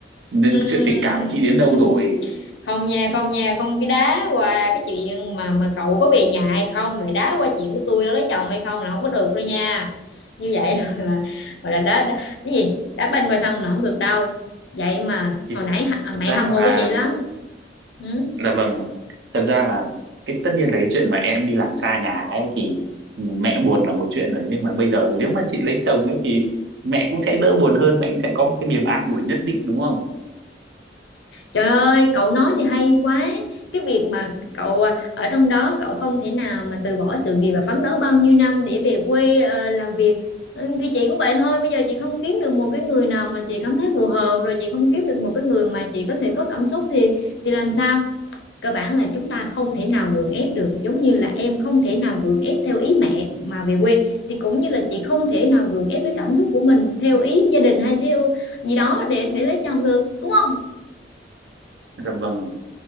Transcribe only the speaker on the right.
nên
chuyện tình cảm của chị đến đâu
rồi
thì
thật
thật
ra
là
Dạ vâng, thật ra là cái tất nhiên là cái chuyện mà em đi làm xa nhà ấy thì mẹ buồn là một chuyện rồi nhưng mà bây giờ nếu mà chị lấy chồng ấy thì mẹ cũng sẽ đỡ buồn hơn, mẹ cũng sẽ có một cái niềm an ủi nhất định đúng không?
Dạ vâng,